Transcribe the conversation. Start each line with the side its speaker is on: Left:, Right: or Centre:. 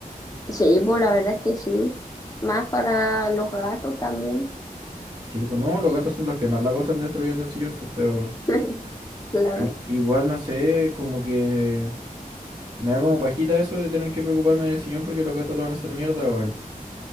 Left: sí, pues la verdad es que sí, más para los gatos también,
Right: Sí, pues no, los gatos son los que más la gozan destruyendo el sillón, pues, pero
Left: <laughs> claro.
Right: i- igual no sé, como que me da como pajita eso de tener que preocuparme del sillón porque los gatos lo van a hacer mierda, weón.